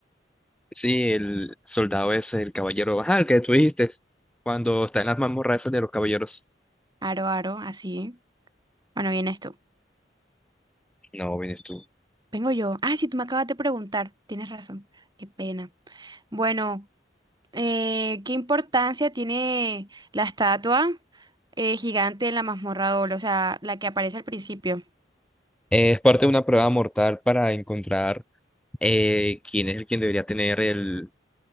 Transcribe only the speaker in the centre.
Sí, el soldado es el caballero, ajá, el que tú dijiste, cuando está en las mazmorras esas de los caballeros.
No, vienes tú.
Eh, es parte de una prueba mortal para encontrar eh, quién es el quien debería tener el,